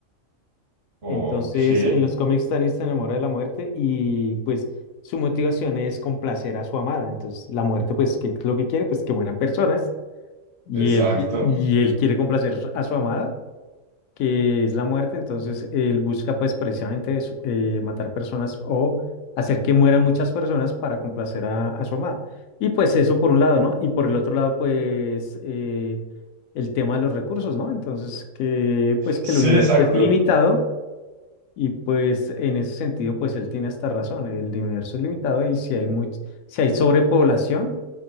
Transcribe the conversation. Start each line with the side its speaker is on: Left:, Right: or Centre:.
Right: Ok,
Left: Entonces, en los cómics Thanos se enamora de la muerte y pues su motivación es complacer a su amada. Entonces, la muerte, pues, ¿qué es lo que quiere? Pues que mueran personas. Y
Right: exacto.
Left: él, y él quiere complacer a su amada, que es la muerte, entonces él busca pues precisamente eso, eh, matar personas o hacer que mueran muchas personas para complacer a, a su amada. Y pues eso por un lado, ¿no? Y por el otro lado, pues eh, el tema de los recursos, ¿no? Entonces, que pues que
Right: Sí,
Left: el universo
Right: exacto.
Left: es limitado y pues en ese sentido, pues él tiene hasta razón, el universo es limitado y si hay much- si hay sobrepoblación,